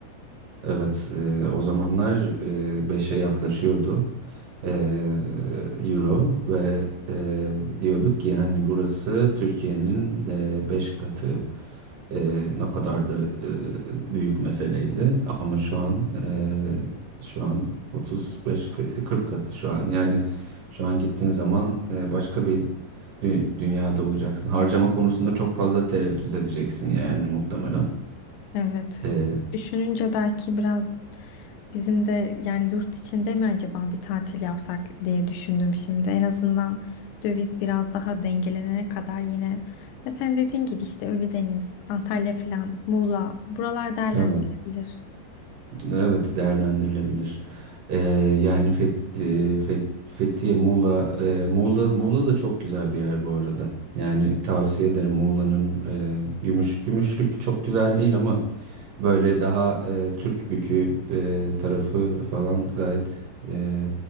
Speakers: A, on the right; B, on the left.
A: Evet, e, o zamanlar e, 5'e yaklaşıyordu e, euro ve e, diyorduk ki yani burası Türkiye'nin de beş katı Eee, ne kadar da eee, büyük meseleydi ama şu an eee, şu an 35 kı- 40 katı şu an yani şu an gittiğin zaman eee, başka bir dü- dünyada olacaksın. Harcama konusunda çok fazla tereddüt edeceksin yani muhtemelen.
B: Evet.
A: Eee,
B: Düşününce belki biraz bizim de yani yurt içinde mi acaba bir tatil yapsak diye düşündüm şimdi. En azından döviz biraz daha dengelenene kadar yine ya sen dediğin gibi işte Ölüdeniz, Antalya falan, Muğla buralar değerlendirilebilir.
A: evet evet değerlendirilebilir. Eee, yani Fethi, Fet- Fethiye, Muğla, eee, Muğla Muğla da çok güzel bir yer bu arada. Yani tavsiye ederim Muğla'nın eee, Gümüş Gümüşlük çok güzel değil ama Böyle daha e, Türk bükü e, tarafı falan gayet e,